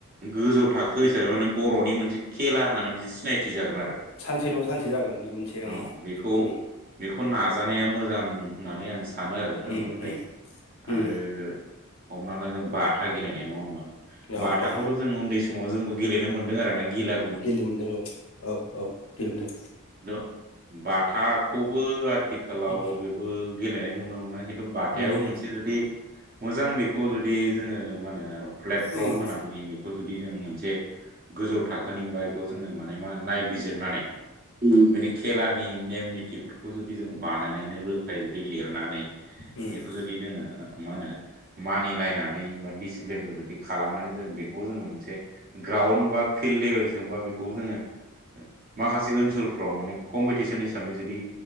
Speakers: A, on the right (about 45°); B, on the left (about 85°).
A: गोजौ थाखो
B: उम
A: हिसाबै माने बर'नि मोनसे खेला होननानै मोनसे सिनायथि जागोन आरो।
B: सानसेल' सानसे जागोन बे मोनसे ओं
A: औ बेखौ
B: उम।
A: बेखौ नाजानाया मोजां उम। होननानै आं सानो आरो आंनिफ्राय
B: उम उम
A: आरो
B: उम
A: हमना ला जों बा बाथा गेलेनाय नङा होमबा
B: औ
A: बाथाखौथ'
B: औ
A: जों उन्दै समाव जोंबो गेलेनो मोनदों आरो ना गिला
B: गेलेनो मोनदों औ औ औ गेलेनो मोनदों।
A: खिन्थु बाथाखौबो आथिखालाव
B: उम
A: बे खौबो गेलेनाय नुनो मोना खिन्थु बाथायाबो
B: उम
A: मोनसे जुदि मोजां बेखौ जुदि जोङो मा होनो आरो प्लेटफर्म
B: उम
A: होनानै बे खौ जुदि जों मोनसे गोजौ थाखोनिबा बेखौ जोंङो माने मा नायबिजिरनानै उम बेनि खेलानि नेम निथिफोरखौ जुदि जों बानायनानै रोखायै जुदि लिरनानै
B: उम
A: बेखौ जुदि बिदि जोंङो मा होनो मानिलायनानै बा डिसिप्लिनखौ जुदि खालामनानै जों बेखौ जोंङो मोन ग्राउणड बा फिल्ड लेभेलजों बा बेखौ जोंङो माखासे ओनसोलफ्राव माने कम्पिटिसन हिसाबै जुदि